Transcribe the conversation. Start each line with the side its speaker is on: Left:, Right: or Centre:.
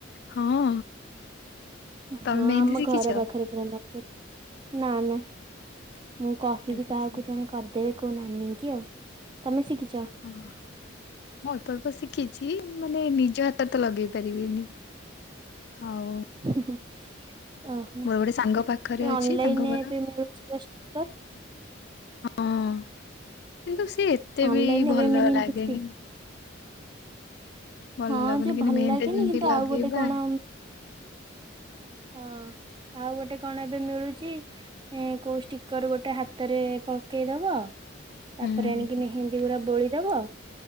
Left: ହଁ। ତମେ
Right: ହଁ
Left: ମେହେନ୍ଦୀ
Right: ଆମ
Left: ଶିଖିଛ?
Right: ଘର ପାଖରେ ପୁରା ମାର୍କ କେଟ୍ ନା ନା ମୁଁ କହିବି
Left: ଆଚ୍ଛା
Right: କାହାକୁ ଜଣେ କରିଦେବେ ମୋ ନାଁନି ଙ୍କି ଆଉ ତମେ ଶିଖ ଗି
Left: ହଁ ମୁଁ ଅଳ୍ପ ଅଳ୍ପ ଶିଖିଛି। ମାନେ ନିଜ ହାତରେ ତ ଲଗେଇ ପାରିବିନି। ହଉ
Right: ହିଁ ହିଁ ଓହୋ
Left: ଗୋଟେ ସାଙ୍ଗ ପାଖରେ
Right: ଏ
Left: ଅଛି
Right: ଅନଲାଇନରେ
Left: ତାଙ୍କ ଘର
Right: ଏବେ ମିଳୁଛି ବା ଷ୍ଟିକର?
Left: ହଁ କିନ୍ତୁ ସିଏ ଏତେ
Right: ଅନଲାଇନ
Left: ବି
Right: ଏବେ
Left: ଭଲ
Right: ମେହେନ୍ଦୀ
Left: ଲାଗେନି।
Right: ଷ୍ଟିକ
Left: ଭଲ
Right: ହଁ
Left: ଲାଗୁନି
Right: ଯେ
Left: କିନ୍ତୁ
Right: ଭଲ
Left: ମେହେନ୍ଦୀ
Right: ଲାଗେନି
Left: ଯେମିତି
Right: କିନ୍ତୁ ଆଉ
Left: ଲଗେଇବା
Right: ଗୋଟେ କଣ ହଁ। ଆଉ ଗୋଟେ କଣ ଏବେ ମିଳୁଛି ଏଁ କୋଉ ଷ୍ଟିକର ଗୋଟେ ହାତରେ ପକେଇଦବ
Left: ହୁଁ
Right: ତାପରେ ଆଣିକି ମେହେନ୍ଦୀ ପୁରା ବୋଳିଦେବ।